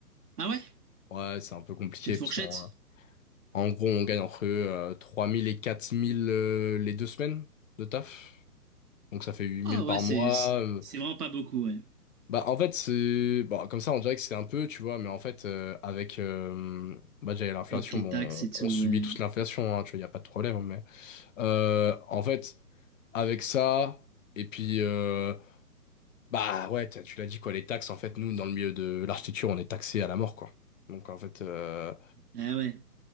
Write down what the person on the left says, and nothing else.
Ouais, c'est un peu compliqué
parce
qu'en en gros, on gagne entre euh, 3000 et 4000 euh, les deux semaines de taf. Donc ça fait 8000
par
mois. euh.
Bah en fait, c'est bon, comme ça on dirait que c'est un peu, tu vois, mais en fait euh, avec euh, bah déjà il y a l'inflation,
bon,
on, on subit
tous l'inflation hein, tu vois, il y a pas de problème, hein, mais euh, en fait avec ça et puis euh, bah ouais, t'as- tu l'as dit quoi, les taxes en fait, nous dans le milieu de l'architecture, on est taxé à la mort quoi. Donc en fait euh,